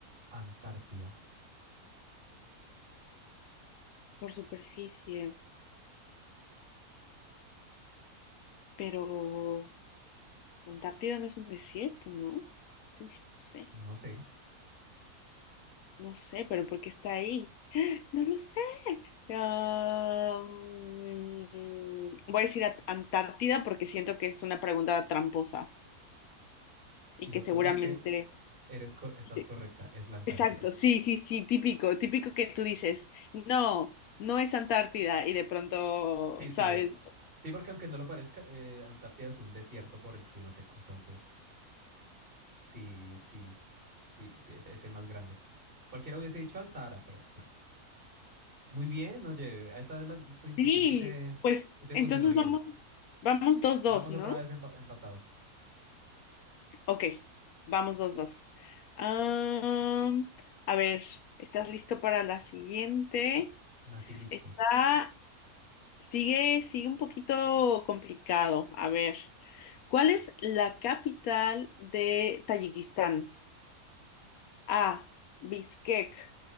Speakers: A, on the right; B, on the left.
A: Antártida.
B: por superficie, pero la Antártida no es un desierto, ¿no? Uy, no sé,
A: No sé.
B: no sé, pero ¿por qué está ahí? <gasps> No lo sé. Ah, mm, voy a decir a- Antártida porque siento que es una pregunta tramposa y
A: Y lo
B: que seguramente...
A: peor es que eres co- estás
B: Sí,
A: correcta, es la Antártida.
B: Exacto, sí, sí, sí, típico, típico que tú dices, no, no es Antártida y de pronto,
A: Sí, sí
B: ¿sabes?
A: es. Sí, porque aunque no lo parezca, eh, Antártida es un desierto por el clima seco, entonces. Sí, sí, sí, sí, ese, ese más grande. Cualquiera hubiese dicho al Sahara, pero no. Muy bien, oye, a esta vez la- tu intuición
B: Sí,
A: sí te,
B: pues
A: sí te
B: entonces
A: funcionó bien.
B: vamos, vamos dos,
A: Vamos
B: dos, ¿no?
A: otra vez empa- empatados.
B: Ok, vamos dos, dos. Am, a ver, ¿estás listo para la siguiente?
A: Nací listo.
B: Está, sigue, sigue un poquito complicado. A ver, ¿cuál es la capital de Tayikistán? A, Bishkek,